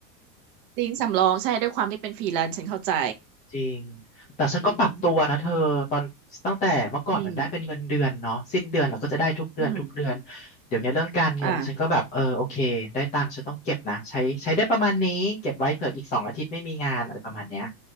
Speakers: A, on the right; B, on the left.
A: จริงสำรองใช่ด้วยความที่เป็นฟรีแลนซ์ฉันเข้าใจ
B: จริงแต่ฉันก็ปรับตัวนะเธอตอนตั้งแต่เมื่อก่อนมันได้เป็นเงินเดือนเนาะสิ้นเดือนเราก็จะได้ทุกเดือนทุกเดือน
A: อืมอืมอืม
B: เดี๋ยวเนี้ยเรื่องการเงินฉันก็แบบเออโอเคได้ตังค์ฉันต้องเก็บนะใช้ใช้ได้ประมาณนี้เก็บไว้เผื่ออีกสองอาทิตย์ไม่มีงานอะไรประมาณเนี้ย
A: อ่า